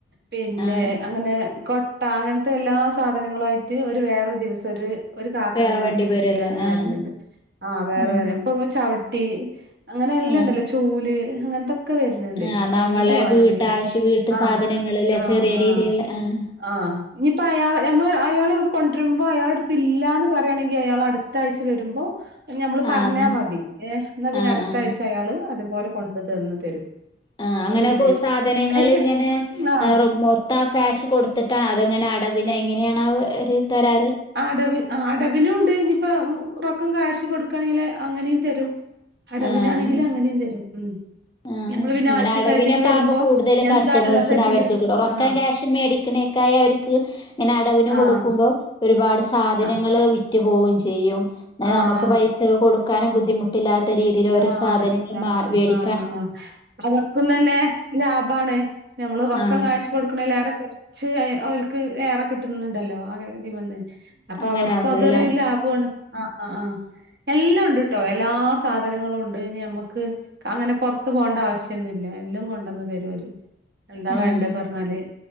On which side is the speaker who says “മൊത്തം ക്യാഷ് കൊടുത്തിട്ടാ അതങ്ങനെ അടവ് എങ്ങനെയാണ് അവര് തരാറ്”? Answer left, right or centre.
Left